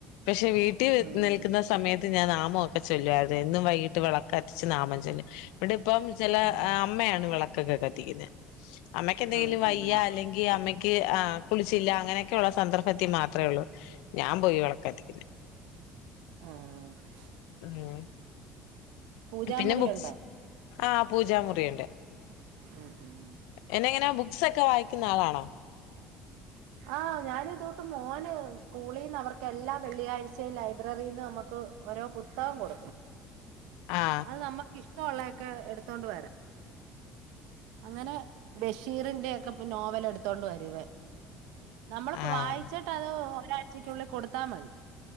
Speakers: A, on the left; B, on the right.
A: പക്ഷെ വീട്ടിൽ
B: ഉം
A: നിൽക്കുന്ന സമയത്ത് ഞാൻ നമ ഒക്കെൊല്ലു അത് എന്നും വൈകിട്ട് വിളക്കത്തിച്ച് നാമൻ ചൊല്ലും ഇവിടെ ഇപ്പം ചില
B: ഉം
A: അമ്മയാണ് വിളക്കൊക്കെ കത്തിക്കുന്നത് അമ്മക്ക എന്തെങ്കിലും
B: ആഹ്
A: വയ്യ
B: ആഹ്
A: അല്ലെങ്കിൽ അമ്മക്ക് ആ കുളിച്ചില്ല അങ്ങനെയൊക്കെയള്ള സന്ദർഭത്തിൽ മാത്രേള്ളൂ ഞാൻ പോയി വിളക്കത്തിക്കുന്ന
B: ഉം <unintelligible>
A: ഹലോ <inaudible>
B: പൂജാമുറിയുണ്ടോ
A: പിന്നെ ബുക്സ് ആ പൂജാമുറിണ്ട്.
B: ഉം ഉം
A: എന്ന എങ്ങനെ ബുക്സൊക്കെ വായിക്കുന്ന ആളാണോ
B: ആഹ് ഞാനിതോട്ട് മോന് സ്കൂളിൽന്ന് അവർക്ക് എല്ലാം വെള്ളിയാഴ്ചയും ലൈബ്രറിന്ന് നമുക്ക് ഓരോ പുസ്തകം കൊടുക്കും
A: ആ
B: അത് നമ്മുക്ക് ഇഷ്ട ഇള്ളയൊക്കെ എടുത്തോണ്ട് വരാം. അങ്ങനെ ബഷീറിന്റെ ഒക്കെപ്പ നോവൽ എടുത്തോണ്ട് വരുവേ. നമ്മളപ്പോ
A: ആ
B: വായിച്ചിട്ട് അത് ഒരാഴ്ചയ്ക്കുള്ളിൽ കൊടുത്താ മതി.